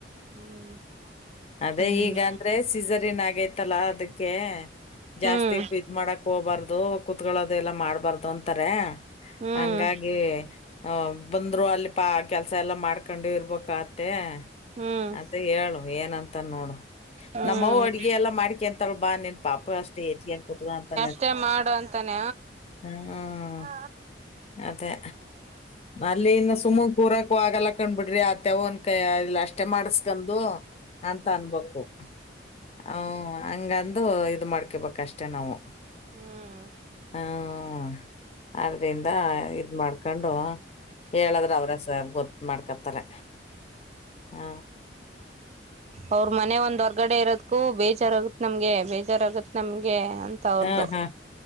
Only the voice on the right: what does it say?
ಹ್ಮ್
ಹ್ಮ್
ಹ್ಮ್
ಹ್ಮ್
ಹ್ಮ್ ಹ್ಮ್
ಹ್ಮ್ ಹ್ಮ್
ಮತ್ತೆ ಮಾಡು ಅಂತಾನ
ಆ
ಹ್ಮ್
ಅವ್ರ ಮನೆ ಒಂದ ಹೊರ್ಗಡೆ ಇರೋದಕ್ಕೂ ಬೇಜಾರಾಗತ್ ನಮ್ಗೆ ಬೇಜಾರಾಗತ್ ನಮ್ಗೆ ಅಂತ ಅವ್ರ್ದು